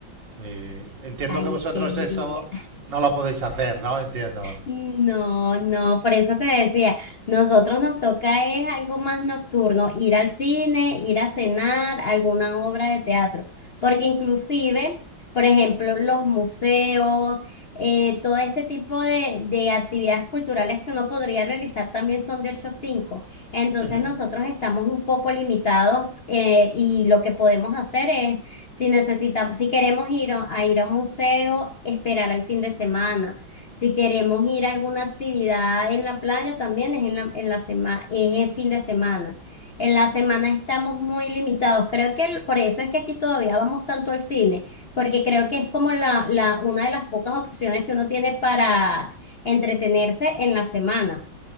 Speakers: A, on the right (about 65°); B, on the left (about 75°).
A: Eh, entiendo
B: Ay,
A: que vosotros
B: qué envidia.
A: eso no lo podéis hacer, ¿no? Entiendo.
B: No, no, por eso te decía, nosotros nos toca es algo más nocturno, ir al cine, ir a cenar, alguna obra de teatro, porque inclusive, por ejemplo, los museos, eh, todo este tipo de, de actividades culturales que uno podría realizar también son de 8 a 5, entonces
A: <laughs>
B: nosotros estamos un poco limitados eh, y lo que podemos hacer es, si necesitamos, si queremos ir a a ir a un museo, esperar al fin de semana si queremos ir a alguna actividad en la playa, también es en la, en la semana, es el fin de semana. En la semana estamos muy limitados. Creo que el- por eso es que aquí todavía vamos tanto al cine, porque creo que es como la, la, una de las pocas opciones que uno tiene para entretenerse en la semana.